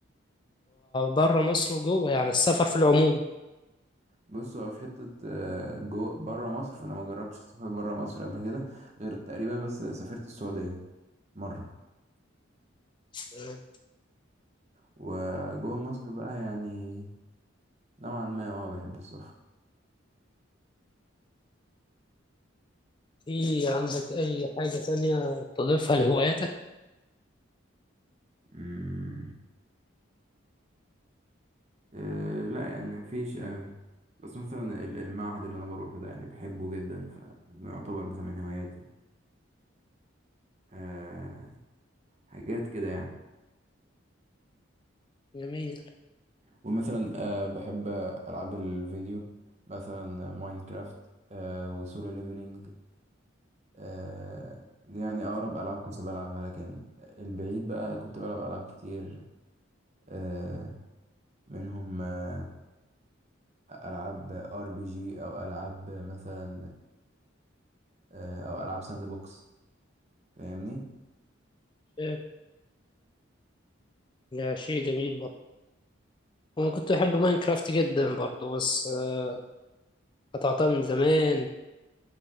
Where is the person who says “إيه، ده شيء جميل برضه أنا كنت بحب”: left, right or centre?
Left